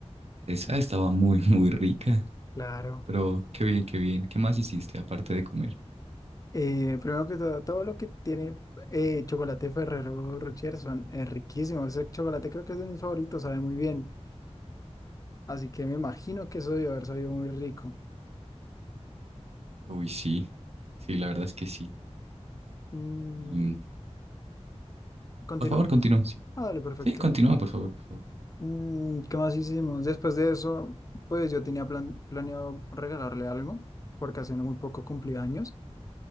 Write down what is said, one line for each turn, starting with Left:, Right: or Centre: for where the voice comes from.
Right: esa estaba muy, muy rica.
Left: Claro.
Right: Pero qué bien, qué bien. ¿Qué más hiciste aparte de comer?
Left: Eh, primero que todo, todo lo que tiene eh, chocolate Ferrero Rocher son, es riquísimo. Ese chocolate creo que es de mis favoritos, sabe muy bien. Así que me imagino que eso debe haber sabido muy rico.
Right: Uy, sí, sí, la verdad es que sí.
Left: Mm,
Right: Y,
Left: ¿continúo?
Right: por favor, continúa. Sí,
Left: Ah, dale, perfecto.
Right: Sí, continúa, por favor, por favor.
Left: Mm, ¿Qué más hicimos? Después de eso, pues yo tenía plan- planeado regalarle algo, porque hace no muy poco cumplí años.